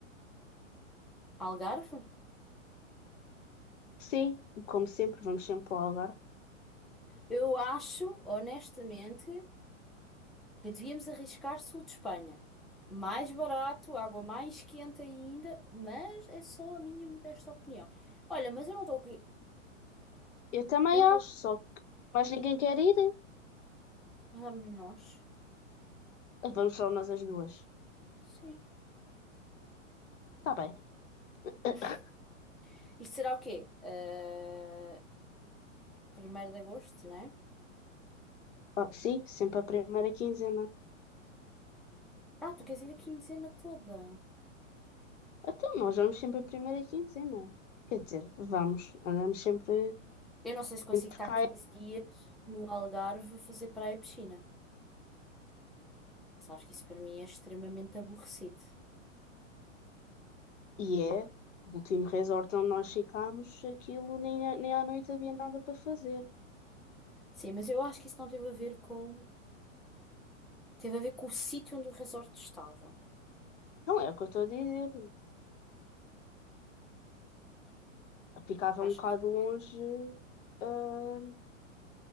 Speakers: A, in the centre; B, on the left.
A: Algarve?
B: Sim, como sempre, vamos sempre para o Algarve.
A: Eu acho, honestamente, que devíamos arriscar sul de Espanha. Mais barato, água mais quente ainda, mas é só a minha modesta opinião. Olha, mas eu não estou aqui.
B: Eu também
A: Eu não
B: acho,
A: estou.
B: só que mais ninguém quer ir.
A: Vamos nós?
B: Vamos só nós as duas.
A: Sim.
B: Está bem. <coughs>
A: <laughs> Isto será o quê? Ah, 1 de agosto, não é?
B: Ah, sim, sempre a primeira quinzena.
A: Ah, tu queres ir a quinzena toda.
B: Então, nós vamos sempre a primeira quinzena. Quer dizer, vamos, andamos sempre
A: Eu não sei se consigo
B: entre
A: estar
B: cá
A: 15 dias no Algarve a fazer praia e piscina. Sabes que isso para mim é extremamente aborrecido.
B: e é. O último resort onde nós ficámos, aquilo nem, é, nem à noite havia nada para fazer.
A: Sim, mas eu acho que isso não teve a ver com. Teve a ver com o sítio onde o resort estava.
B: Não é o que eu estou a dizer. Ficava
A: Acho
B: um bocado
A: que.
B: longe. hum,